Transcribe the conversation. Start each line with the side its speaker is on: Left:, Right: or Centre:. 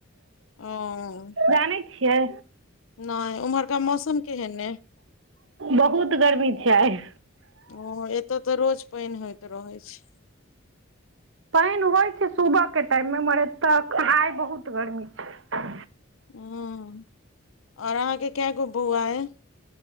Left: ओं
Right: जानै छियै
Left: नहि उम्हरका मौसम केहन ऐ
Right: बहुत गर्मी छै आइ
Left: ओ एतय तऽ रोज पैनि होइत रहै छै
Right: पैनि होइ छै सुबह के टाइम मे मर एतऽ आइ बहुत गर्मी छै
Left: हूँ और अहाँके केऽ गो बौआ अइ